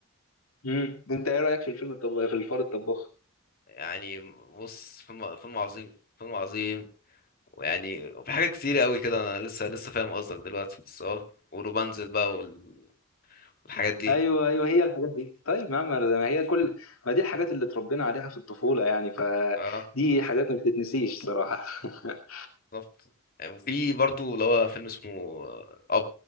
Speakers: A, on the left (about 80°); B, on the left (about 45°).
A: مم. أنت إيه رأيك في الفيلم الطباخ في الفار الطباخ
B: يعني بص فيلم فيلم عظيم فيلم عظيم ويعني وفي حاجات كتير قوي كده انا لسه لسه فاهم قصدك دلوقتي بس اه وروبانزل بقى والحاجات دي
A: أيوه أيوه هي الحاجات دي طيب يا عم ما هي كل ما دي الحاجات اللي اتربينا عليها في الطفولة يعني فدي
B: اه
A: حاجات ما بتتنسيش صراحة <laughs>
B: بالظبط يعني وفي برضو اللي هو فيلم اسمه آه، اب